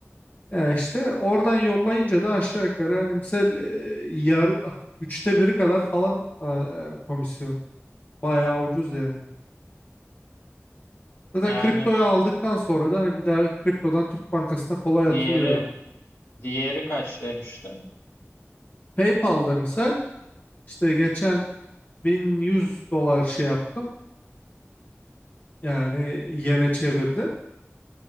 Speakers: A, on the left; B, on the left.
A: Yani işte oradan yollayınca da aşağı yukarı hani misal e, yar, ah, üçte biri kadar falan a, yani komisyon. Bayağı ucuz yani. Zaten
B: Yani
A: kriptoyu aldıktan sonra da hani bir daha kriptodan Türk Bankası'na kolay atılıyor.
B: diğeri diğeri kaç demişti?
A: PayPal'da misal işte geçen 1100 dolar şey yaptım. Yani yene çevirdim.